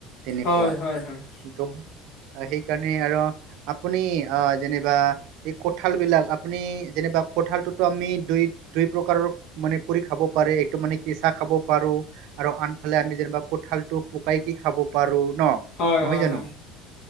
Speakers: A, on the right; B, on the left.
A: তেনেকুৱা,
B: হয় হয় হয়
A: কিন্ত সেইকাৰণে আৰু আপুনি আহ যেনিবা এই কঁঠাল বিলাক আপুনি যেনিবা কঁঠালটোতো আমি দুই দুই প্ৰকাৰৰ মানে কৰি খাব পাৰে এইটো মানে কেঁচা খাব পাৰো। আৰু আন ফালে আমি যেনিবা কঁঠালটো পকাই কি খাব পাৰো ন,
B: হয়
A: নহয়
B: হয়
A: জানো?
B: হয়